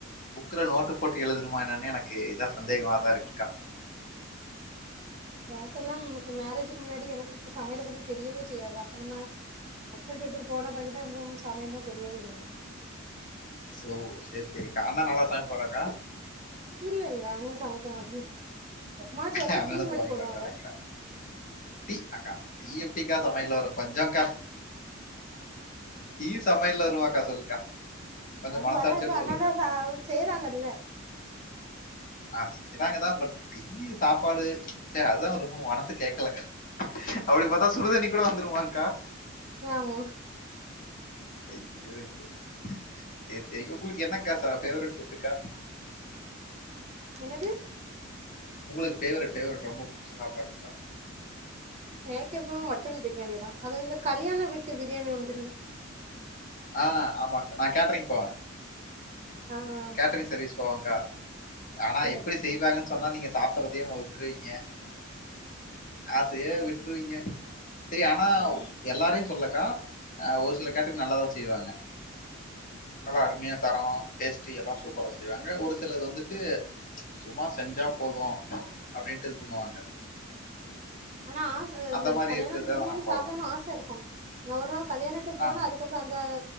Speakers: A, on the left; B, on the right.
A: புக்ல நோட்டு போட்டு எழுதணுமா என்னன்னே எனக்கு இதா சந்தேகமாதா இருக்குக்கா
B: எனக்கெல்லாம் க்கு மேரேஜுக்கு முன்னாடி எனக்கு சமையல பத்தி தெரியவே செய்யாது அப்புறந்தா ஹஸ்பண்ட் வீட்டுக்கு போன பிறகுதா அப்புறம் சமையல் எல்லா தெரியவே செஞ்சு
A: சோ சரி சரிக்கா அண்ணா நல்லா சமைப்பாறாக்கா
B: இல்ல இல்ல அவங்க சமைக்க மாட்டாங்க எப்பமாச்சு ஒருக்கா
A: அண்ணன்ன
B: டீ மட்டு
A: த வாங்கி
B: போடுவாங்க
A: வட்டாரேக்கா டீ அக்கா டீ எப்படி எங்கக்கா சமையல வரும் கொஞ்சோ கா டீ சமைக் ல்ல வருவாக்கா சொல்லுக்கா கொஞ்சம்
B: அது
A: மனசாட்சியோட
B: வராது ஆனா
A: சொல்லுக்கா
B: தா ச செய்றாங்கல்ல
A: ஆஹ் செய்யறாங்கதா பட் டீ சாப்பாடு சரி அதுதா ஒரு மனசு கேக்கலக்கா அப்படி பா அதான் சுடுதண்ணி கூட வந்துருமாங்க்கா
B: ஆமா
A: ஐயோ ஐயோ சரி சரி உங்களுக்கு என்னங்க்கா ப ஃபேவரட் ஃபுட்டுக்கா
B: என்னது
A: உங்களுக்கு ஃபேவரெட் ஃபேவரெட் ரொம்ப புடிச்ச சாப்பாடுங்க்கா
B: எனக்கெப்பு மட்டன் பிரியாணி தா அது வந்து கல்யாண வீட்டு பிரியாணி உண்டுல
A: ஆஹ் ஆமாக்கா நான் கேட்ரீங் போவேன்
B: ஆ ஆ
A: கேட்டரிங் சர்வீஸ் போவாங்க க்கா ஆனா
B: சேரி
A: எப்படி
B: சேரி
A: செய்வாங்கன்னு சொன்னா நீங்க சாப் <unintelligible> வுட்டுருவீங்க ஆசையே விட்டுருவீங்க சரி ஆனா
B: ஆ
A: எல்லாரையு சொல்ல கா ஒரு சில கேட்டரிங் நல்லாதா செய்வாங்க நல்லா அருமையா தரமா டேஸ்ட்டி எல்லாம் சூப்பரா செய்வாங்க ஒரு சிலது வந்துட்டு ச் சும்மா செஞ்சா போதும் அப்டின்ட்டு இது பண்ணுவாங்க
B: ஆனா ஆச அது
A: அந்த மாரி
B: கல்யாணத்து
A: இருக்கிறது தான்
B: பிரியாணி
A: நான் போவேன்.
B: சாப்பிடனு ஆச இருக்கும் நா ஒரு நாள் கல்யாணத்துக்கு போனா
A: ஆ,
B: அதுக்கப்புற அந்த